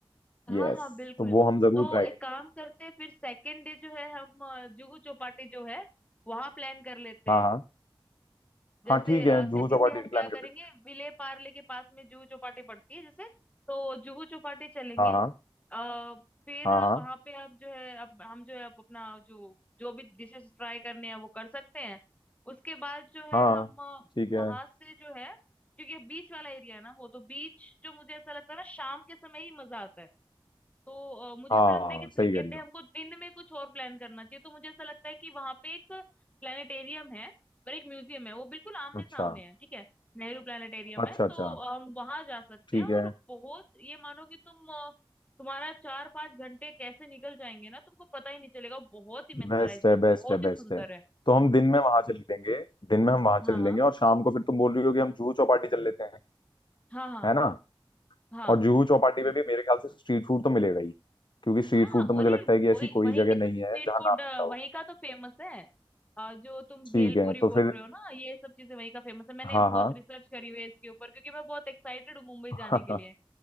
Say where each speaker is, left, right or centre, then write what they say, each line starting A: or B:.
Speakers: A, on the left; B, on the left.
A: हाँ
B: यस
A: हाँ बिल्कुल
B: तो वो हम जरूर
A: तो
B: ट्राई
A: एक
B: करेंगे
A: काम करते हैं फिर सेकेंड डे जो है हम अ, जुहू चौपाटी जो है वहां प्लान कर लेते
B: हाँ
A: हैं
B: हाँ
A: जैसे
B: हाँ ठीक है
A: सेकंड
B: जुहू चौपाटी
A: डे हम
B: प्लान
A: क्या करेंगे
B: कर लेते
A: विले पार्ले के पास में जुहू चौपाटी पड़ती है जैसे तो जुहू चौपाटी चलेंगे
B: हैं हाँ हाँ
A: अ, फिर
B: हाँ
A: वहां पे आप जो है अब हम जो है अब अपना जो जो भी डिशेस ट्राई करने हैं वो कर सकते हैं उसके बाद जो है
B: हाँ
A: हम
B: हाँ ठीक है
A: वहां से जो है क्योंकि बीच वाला एरिया है ना वो तो बीच जो मुझे ऐसा लगता है ना शाम के समय ही मजा आता है तो अ, मुझे
B: हाँ
A: ऐसा लगता है कि सेकेंड
B: सही कह रही
A: डे
B: हो
A: हमको दिन में कुछ और प्लान करना चाहिए तो मुझे ऐसा लगता है कि वहां पे एक प्लानिटेरियम है और एक म्यूजियम है वो बिल्कुल आमने
B: अच्छा
A: सामने है ठीक है नेहरू प्लानिटेरियम
B: अच्छा
A: है
B: अच्छा
A: तो अ, हम वहां जा सकते
B: ठीक
A: हैं और
B: है
A: बहुत ये मानो कि तुम अ, तुम्हारा चार पांच घंटे कैसे निकल जाएंगे ना तुमको पता ही नहीं चलेगा बहुत ही मेस्मराइजिंग
B: बेस्ट है
A: है
B: बेस्ट
A: बहुत
B: है
A: ही
B: बेस्ट
A: सुंदर
B: है
A: है
B: तो हम दिन में वहां चल लेंगे दिन में हम वहां
A: हाँ
B: चल लेंगे और शाम को फिर तुम बोल रही हो कि हम जुहू चौपाटी चल लेते हैं
A: हाँ हाँ
B: है ना
A: हाँ
B: और जुहू चौपाटी पे भी मेरे ख्याल से स्ट्रीट फूड तो मिलेगा ही क्योंकि स्ट्रीट
A: हाँ
B: फूड तो मुझे
A: अरे
B: लगता है कि
A: वही
B: ऐसी कोई
A: वही
B: जगह
A: की तो
B: नहीं
A: स्ट्रीट
B: है जहाँ
A: फूड
B: ना मिलता हो
A: वही का तो फेमस है अ, जो तुम भेलपूरी
B: ठीक है तो
A: बोल
B: फिर
A: रहे हो ना ये सब चीजें वही का फेमस है मैंने
B: हाँ
A: बहुत
B: हाँ
A: रिसर्च करी हुई है इसके ऊपर क्योंकि मैं बहुत एक्साइटेड हूँ मुंबई
B: <laughs>
A: जाने के लिए